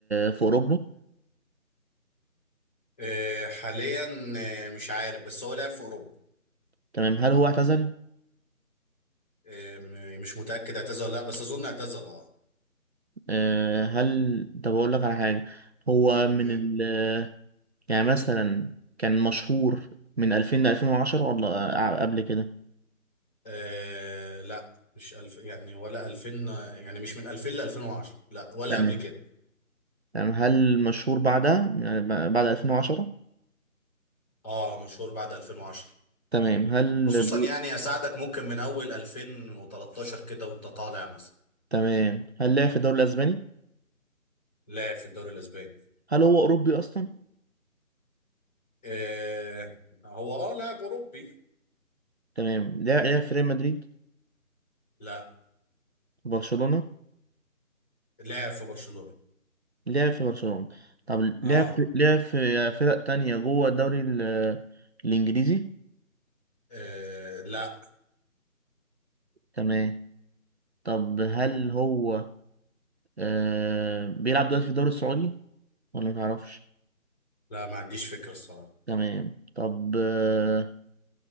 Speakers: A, on the right; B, on the left.
A: في أوروبا؟
B: آه حاليا آه مش عارف بس هو لاعب في أوروبا
A: تمام هل هو اعتزل؟
B: آه م- مش متأكد اعتزل ولا لا بس أظن اعتزل اه
A: أه هل طب أقول لك على حاجة هو من
B: مم.
A: ال يعني مثلا كان مشهور من 2000 ل 2010 ولا آه، قبل كده؟
B: آه لا مش ألف يعني ولا 2000 يعني مش من 2000 ل 2010 لا ولا
A: تمام
B: قبل كده
A: تمام هل مشهور بعدها يعني ب- بعد 2010
B: اه مشهور بعد 2010
A: تمام هل
B: خصوصا
A: بي...
B: يعني اساعدك ممكن من اول 2013 كده وانت طالع مثلا
A: تمام هل لعب في الدوري الاسباني
B: لاعب في الدوري الاسباني
A: هل هو اوروبي اصلا
B: آه هو اه لاعب اوروبي
A: تمام لعب لعب في ريال مدريد
B: لا
A: في برشلونة
B: لاعب في برشلونة
A: لعب في برشلونة طب
B: اه,
A: لعب في لعب في فرق تانية جوه الدوري ال- الانجليزي
B: آه لا
A: تمام طب هل هو آه... بيلعب دلوقتي في الدوري السعودي ولا متعرفش
B: لا ما عنديش فكرة الصراحة
A: تمام طب آه...